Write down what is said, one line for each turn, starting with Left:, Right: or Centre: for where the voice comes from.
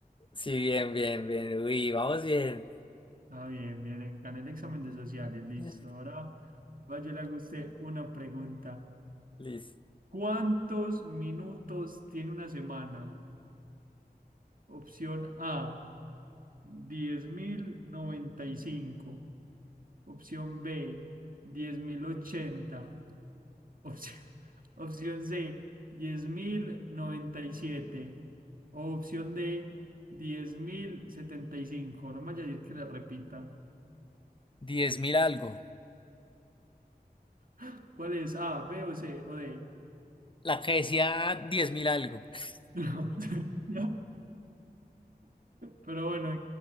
Left: Sí, bien, bien, bien. Uy, vamos bien.
Right: Ah, bien, bien, eh, gané el examen de sociales, listo.
Left: <laughs>
Right: Ahora vaya, le hago a usted una pregunta.
Left: Listo.
Right: ¿Cuántos minutos tiene una semana? Opción A, diez mil noventa y cinco Opción B, diez mil ochenta Opción, <laughs> opción C, 10.097. O opción D, 10.075. No me vaya a decir que le repita.
Left: Diez mil algo.
Right: <gasps> ¿Cuál es? A, B o C o D.
Left: La que decía diez mil algo. <laughs>
Right: <laughs> No. <laughs> Ya. Pero bueno,